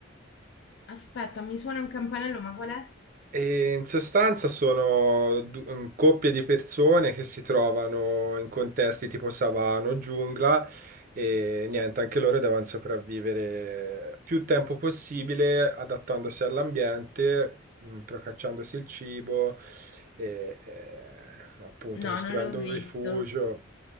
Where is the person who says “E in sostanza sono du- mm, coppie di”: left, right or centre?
Right